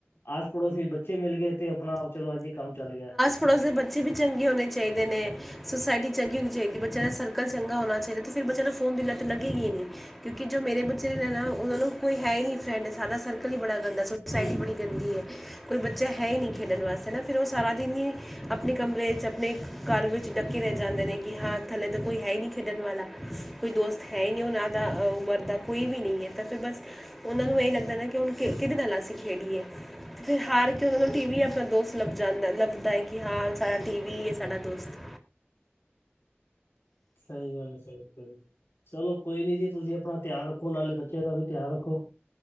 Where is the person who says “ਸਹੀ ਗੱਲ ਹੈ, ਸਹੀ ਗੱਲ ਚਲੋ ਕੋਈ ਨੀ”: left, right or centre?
Left